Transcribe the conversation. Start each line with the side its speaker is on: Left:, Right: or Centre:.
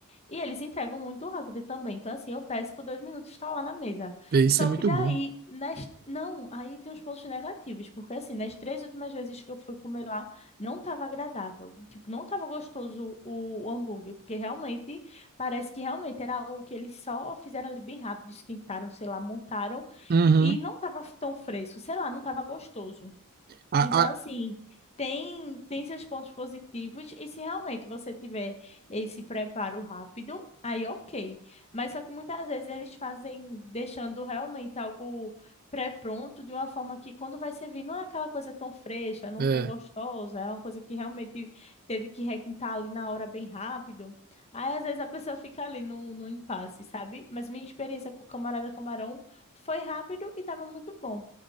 Left: E eles entregam muito rápido também. Então, assim, eu peço que dois minutos está lá na mesa.
Right: é, isso
Left: Só
Right: é muito
Left: que daí,
Right: bom.
Left: nas... não, aí tem os pontos negativos. Porque, assim, nas três últimas vezes que eu fui comer lá, não estava agradável. Tipo, não estava gostoso o, o hambúrguer. Porque realmente, parece que realmente era algo que eles só fizeram ali bem rápido, esquentaram, sei lá, montaram.
Right: Uhum.
Left: E não estava tão fresco. Sei lá, não estava gostoso.
Right: A,
Left: Então,
Right: a-
Left: assim, tem, tem seus pontos positivos, e se realmente você tiver esse preparo rápido, aí ok. Mas só que muitas vezes eles fazem deixando realmente algo pré-pronto de uma forma que quando vai servir não é aquela coisa tão fresca, não
Right: é,
Left: tão gostosa, é uma coisa que realmente teve que requintar ali na hora bem rápido. Aí às vezes a pessoa fica ali no, no impasse, sabe? Mas minha experiência com o camarada camarão foi rápido e estava muito bom.